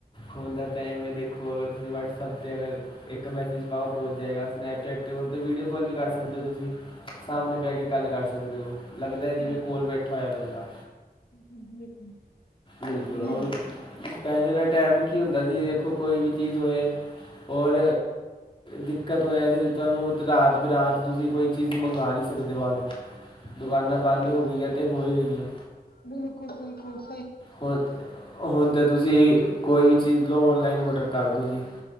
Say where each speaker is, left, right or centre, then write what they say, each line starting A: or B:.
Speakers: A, on the left; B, on the left.
A: ਹੁਨ ਦਾ ਟਾਈਮ ਐ, ਦੇਖੋ ਅਗਰ ਤੁਸੀਂ ਵਟਸਐ ਸਭ ਤੇ ਅਗਰ ਇੱਕ ਮੈਸੇਜ ਪਾਓ ਪਹੁੰਚ ਜਾਏਗਾ, ਸਨੈਪਚੈਟ 'ਤੇ ਹੋ ਵੀਡੀਓ ਕੋਲ ਵੀ ਕਰ ਸਕਦੇ ਓ ਤੁਸੀਂ, ਸਾਹਮਣੇ ਬਹਿ ਕੇ ਗੱਲ ਕਰ ਸਕਦੇ ਓ, ਲੱਗਦਾ
B: ਜੀ
A: ਜਿਵੇਂ ਕੋਲ
B: ਜੀ।
A: ਬੈਠਾ ਹੋਇਆ ਬੰਦਾ।
B: ਬਿਲਕੁਲ।
A: ਬਿਲਕੁਲ,
B: ਉਹ ਤਾਂ
A: ਔਰ
B: ਹੈ
A: ਪਹਿਲੇ ਦਾ ਟਾਈਮ ਕੀ ਹੁੰਦਾ ਸੀ, ਦੇਖੋ ਕੋਈ ਵੀ ਚੀਜ਼ ਹੋਏ ਔਰ ਦਿੱਕਤ ਹੋ ਜਾਂਦੀ ਸੀ, ਤੁਹਾਨੂੰ ਤੇ ਰਾਤ-ਬਰਾਤ ਤੁਸੀਂ ਕੋਈ ਚੀਜ਼ ਮੰਗਾ ਨੀ ਸਕਦੇ ਬਾਹਰੋਂ। ਦੁਕਾਨਾਂ ਬੰਦ ਹੋ ਗਈਆਂ ਤੇ ਹੋ ਈ ਗਈਆਂ।
B: ਬਿਲਕੁਲ-ਬਿਲਕੁਲ।
A: ਹੁਣ, ਹੁਣ ਤਾਂ ਤੁਸੀਂ ਕੋਈ ਵੀ ਚੀਜ਼ ਲਓ, ਔਨਲਾਈਨ ਔਡਰ ਕਰ ਦਉ ਜੀ।